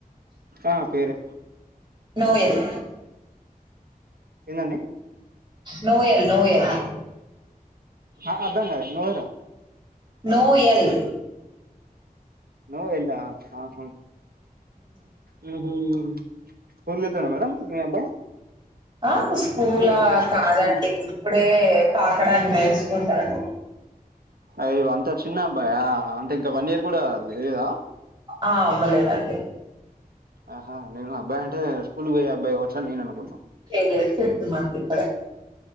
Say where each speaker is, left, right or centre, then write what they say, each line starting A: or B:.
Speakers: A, on the right; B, on the right.
A: ఆ పేరే
B: నోయల్
A: ఏందండి.
B: నోయల్ నోయల్
A: ఆహా అర్ధంకాలే నోయరా
B: నోయెల్
A: నోయల్లా ఆఁ హా మ్మ్ హు స్కూల్ కి వెళ్తడా మేడం మీ అబ్బాయి?
B: ఆ స్కూలా
A: స్కూల్ స్కూల్
B: కాదండి
A: స్కూల్కి
B: ఇప్పుడే పాకడం నేర్సుకుంటాండు.
A: అయ్యో అంత చిన్న అబ్బాయా అంటే ఇంక వన్ ఇయర్ కూడా లేదా.
B: ఆ అవ్వలేదండి
A: అ హా నేను అబ్బాయి అంటే స్కూల్ పోయే అబ్బాయి కావొచ్చని నేను అనుకున్నా.
B: లేదు లేదు ఫిఫ్త్ మంత్ ఇప్పుడే.